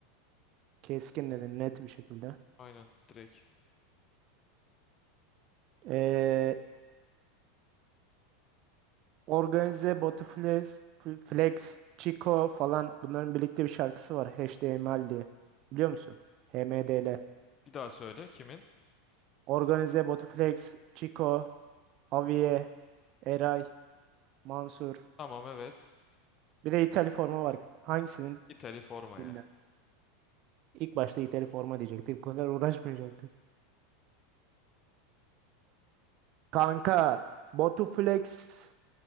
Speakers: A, on the right (about 45°); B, on the left (about 30°).
A: Keskin dedin net bir şekilde.
B: Aynen direkt.
A: Ee, organize, Botuflex, F- Flex, Chico falan bunların birlikte bir şarkısı var. H D HTML diye. Biliyor musun? H M D L.
B: Bir daha söyle kimin?
A: Organize, Botuflex, Chico, Aviye, Eray, Mansur.
B: Tamam evet.
A: Bir de İtali forma var. Hangisini
B: İtali forma
A: dinler?
B: ya.
A: İlk başta İtali forma diyecektik. Bu kadar uğraşmayacaktık. Kanka Batu Flex,